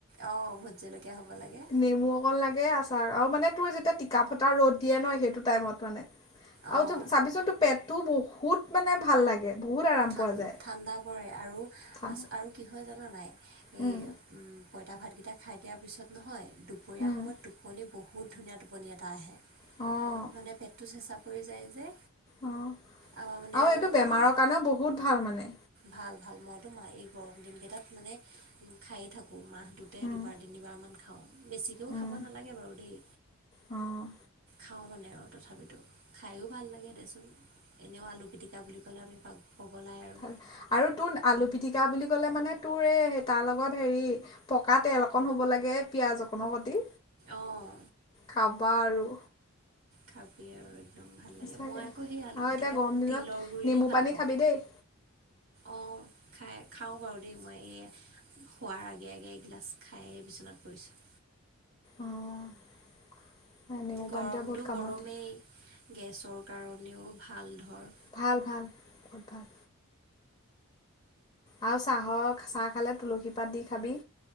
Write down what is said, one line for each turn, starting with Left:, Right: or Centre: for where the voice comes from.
Right: অঁ' ভোট জলকীয়া হ'ব লাগে।
Left: নেমু অকন লাগে, আচাৰ আৰু মানে তোৰ যেতিয়া টিকা ফটা ৰ'দ দিয়ে ন, সেইটো টাইমত মানে-
Right: অঁ
Left: আৰু তো চাবিচোন তোৰ পেটটো বহুত মানে ভাল লাগে। বহুত আৰাম
Right: ঠান
Left: পোৱা যায়
Right: ঠাণ্ডা পৰে, আৰু
Left: ঠাণ্ডা
Right: আছ আৰু কি হয় জানা নাই?
Left: উম
Right: এই- পইতা ভাতকেইটা খাই দিয়াৰ পিছত নহয়, দুপৰীয়া
Left: উম
Right: সময়ত টো- টোপনি, বহুত ধুনীয়া টোপনি এটা আহে,
Left: অঁ
Right: মানে পেটটো চেঁচা পৰি যায় যে।
Left: অঁ'
Right: আমাৰ মানে
Left: আৰু এইটো
Right: শৰীৰ
Left: বেমাৰৰ কাৰণেও বহুত ভাল মানে।
Right: ভাল ভাল, মইতো মা এই গৰম দিনকেইটাত মানে খায়ে থাকোঁ, মাহটোতে
Left: উম
Right: দুবাৰ- তিনিবাৰমান খাওঁ, বেছিকেও
Left: উম
Right: খাব নালাগে বাৰু দেই।
Left: অঁ
Right: খাওঁ মানে আৰু তথাপিতো, খায়ো ভাল লাগে দেচোন, এনেও আলু পিটিকা বুলি ক'লে আমি পাগ- পগলায় আৰু।
Left: ভাল আৰু তোৰ আলু পিটিকা বুলি ক'লে মানে, তোৰ তাৰ লগত হেৰি- পকা তেল অকণ হ'ব লাগে, পিঁয়াজ অকনৰ সতি,
Right: অঁ
Left: খাবা আৰু।
Right: খাবি আৰু। একদম ভাল লাগে
Left: সচাকে,
Right: মই আকৌ সেই আলু
Left: আৰু
Right: পিটিকাত
Left: এতিয়া গৰম দিনত
Right: তিলৰ গুড়ি
Left: নেমু
Right: দি ভাল
Left: পানী
Right: পাওঁ
Left: খাবি দেই।
Right: অঁ খাই, খাওঁ বাৰু দেই মই এইয়া শুৱাৰ আগে আগে এগিলাচ খাইয়ে বিচনাত পৰিছোঁ।
Left: অঁ' নেমু
Right: গৰমটো
Left: পানীটোৱে বহুত কামত
Right: গৰমেই,
Left: দিয়ে
Right: গেছৰ কাৰণেও ভাল ধৰ।
Left: ভাল ভাল, বহুত ভাল। আৰু চাহৰ, চাহ খালে তুলসী পাত দি খাবি।